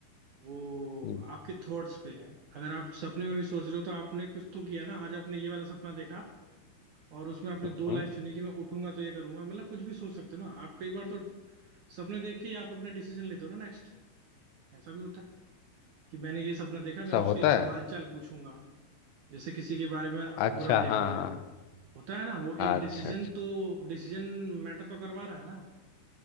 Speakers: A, on the right; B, on the left.
A: वो
B: हम्म
A: आपके थॉट्स पे है अगर आप सपने में भी सोच रहे हो तो आपने कुछ तो किया ना आज आपने ये वाला सपना देखा और उसमें आपने
B: हम्म,
A: दो लाइफ चुनी कि मैं उठूंगा तो ये करूंगा मतलब कुछ भी सोच सकते हो ना आप कई बार तो सपने देख के ही आप अपने डिसीजन लेते हो ना नेक्स्ट ऐसा भी होता है कि मैंने ये सपना देखा मैं
B: ऐसा
A: उसकी
B: होता है
A: हालचाल पूछूंगा जैसे किसी के बारे में
B: अच्छा
A: बुरा देख
B: हाँ
A: लिया
B: हाँ
A: होता है ना वो एक
B: अच्छा
A: डिसीजन
B: अच्छा
A: तो डिसीजन मैटर तो करवा रहा है ना